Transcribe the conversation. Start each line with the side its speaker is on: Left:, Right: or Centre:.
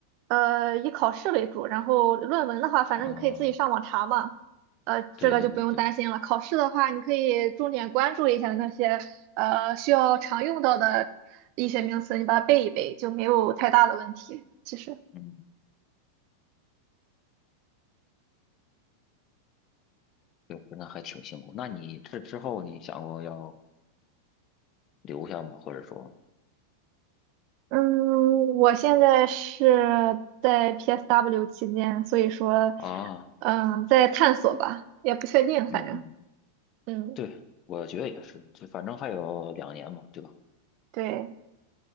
Right: 呃，以考试为主，然后论文的话，反正你可以自己上网查嘛，
Left: 啊。
Right: 呃，
Left: 对对对对，
Right: 这个就不用担心了。考试的话，你可以重点关注一下那些，呃，需要常用到的医学名词，你把它背一背，就没有太大的问题，其实。
Left: 嗯，对，那还挺辛苦。那你这之后你想过要留下吗？或者说
Right: 嗯，我现在是在 PSW 期间，所以说，
Left: 啊，
Right: 嗯，在探索吧，也不确定，反正，
Left: 嗯嗯，
Right: 嗯，
Left: 对，我觉得也是，就反正还有两年嘛，对吧？
Right: 对，